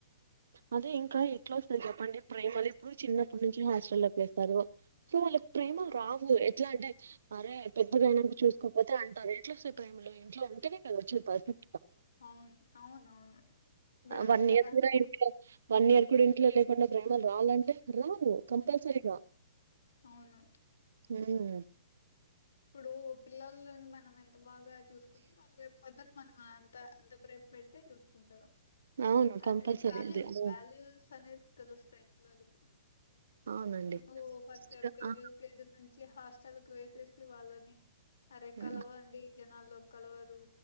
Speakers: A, on the right (about 75°); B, on the left (about 80°).
A: అదే ఇంకా ఎట్లా వస్తది చెప్పండి. ప్రేమలు ఇప్పుడు, చిన్నప్పటి నుంచి హాస్టల్లోకి వేస్తారు. సో వాళ్ళకి ప్రేమ రావు, ఎట్లా అంటే, అరే పెద్దగాయనాక చూసుకోపోతే అంటారు. ఎట్లా వస్తే ప్రేమ. ఇంట్లో ఉంటేనే, గద వచ్చేది. పరిస్థితి.
B: అవును, అవును, అవును, ఇప్పుడు అదె
A: వన్
B: కదా.
A: ఇయర్ కూడా ఇంట్లో వన్ ఇయర్ కూడా, ఇంట్లో లేకుండా, ప్రేమలు రావాలంటే, రావు కంపల్సరిగా.
B: అవును.
A: ఉమ్
B: ఇప్పుడు పిల్లలని, మనం ఎంత బాగా చూసుకుంటే, వాళ్ళు రేపు అదర్. మనం అంతా అంత, ప్రేమ పెడితే చూసుకుంటారు.
A: అవును కంపల్సరీ
B: అదే, వాల్యుయ్స్
A: అది అవును
B: స్, వాల్యుయ్స్ స్ అనేది. తెలుస్తస్తాయి. నా అలుడికి,
A: అవునండి
B: నువ్వు ఫస్ట్ ఎల్ కేజీ
A: ఆ
B: యూకేజీ. చ్చి హాస్టల్ కి వేసేసి, వాళ్ళని అరే
A: ఉమ్
B: కలవండి. జనాల్లో కలవరు,